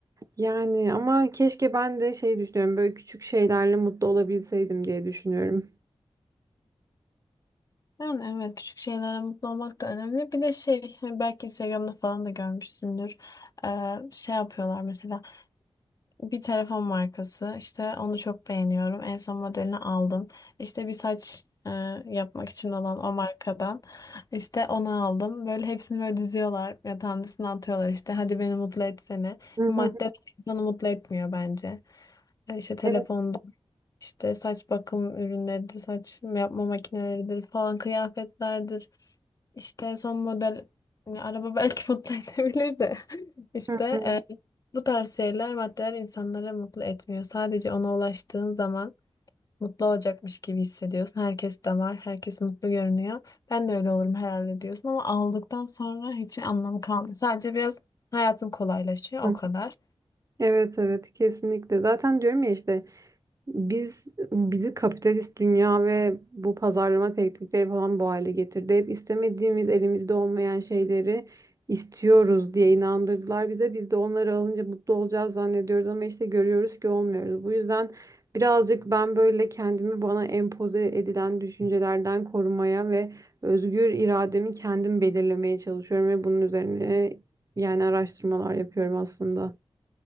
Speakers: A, on the right; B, on the left.
A: Yani ama keşke ben de şey düşünüyorum böyle küçük şeylerle mutlu olabilseydim diye düşünüyorum.
B: Yani evet küçük şeylere mutlu olmak da önemli. Bir de şey hani belki Instagram'da falan da görmüşsündür. E, şey yapıyorlar mesela. Bir telefon markası işte onu çok beğeniyorum. En son modelini aldım. İşte bir saç e, yapmak için olan o markadan işte onu aldım. Böyle hepsini böyle diziyorlar yatağın üstüne atıyorlar işte hadi beni mutlu etsene.
A: Hı
B: Madde
A: hı.
B: insanı mutlu etmiyor bence. E, işte telefonda
A: Evet.
B: işte saç bakım ürünleridir, saç yapma makineleridir falan kıyafetlerdir. İşte son model yani araba belki <laughs> mutlu edebilir de <laughs> işte
A: Hı hı.
B: e, bu tarz şeyler, maddeler insanları mutlu etmiyor. Sadece ona ulaştığın zaman mutlu olacakmış gibi hissediyorsun. Herkes de var, herkes mutlu görünüyor. Ben de öyle olurum herhalde diyorsun ama aldıktan sonra hiçbir anlamı kalmıyor. Sadece biraz hayatım kolaylaşıyor,
A: Hı.
B: o kadar.
A: Evet evet kesinlikle. Zaten diyorum ya işte Biz bizi kapitalist dünya ve bu pazarlama teknikleri falan bu hale getirdi. Hep istemediğimiz, elimizde olmayan şeyleri istiyoruz diye inandırdılar bize. Biz de onları alınca mutlu olacağız zannediyoruz ama işte görüyoruz ki olmuyoruz. Bu yüzden birazcık ben böyle kendimi bana empoze edilen düşüncelerden korumaya ve özgür irademi kendim belirlemeye çalışıyorum ve bunun üzerine yani araştırmalar yapıyorum aslında.